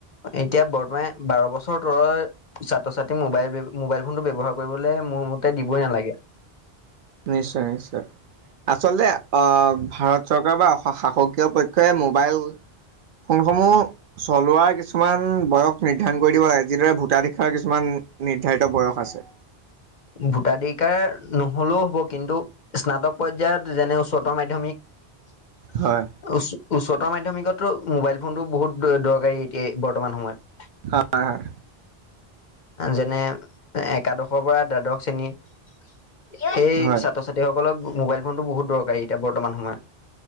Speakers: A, on the left (about 50°); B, on the right (about 60°).
A: এতিয়া বৰ্তমান বাৰ বছৰ তলৰ ছাত্ৰ- ছাত্ৰী মোবাইল- মোবাইল ফোনটো ব্যৱহাৰ কৰিবলৈ মোৰ মতে দিবই নালাগে।
B: নিশ্চয় -নিশ্চয় আচলতে অহ ', ভাৰত চৰকাৰ বা শাসকীয় পক্ষই মোবাইল ফোনসমূহ চলোৱাৰ কিছুমান বয়স নিৰ্ধাৰণ কৰি দিব লাগে, যিদৰে ভোটাধিকাৰৰ কিছুমান নিৰ্ধাৰিত বয়স আছে।
A: ভোটাধিকাৰ নহ'লেও হ'ব কিন্তু স্নাতক- পৰ্যায়ত যেনে উচ্চতৰ মাধ্যমিক, চ
B: হয়
A: -ওচৰত উত্তৰ মাধ্যমিকতো মোবাইল ফোনটো বহুত দৰকাৰী এতিয়া বৰ্তমান সময়ত।
B: হয়', - হয়।
A: যেনে একাদশৰ পৰা, দ্বাদশ- শ্ৰেণী, এই ছাত্ৰ-
B: হয় হয়
A: ছাত্ৰীসক, - ফলত মোবাইল ফোনটো বহুত দৰকাৰী এতিয়া বৰ্ত, বৰ্তমান সময়ত।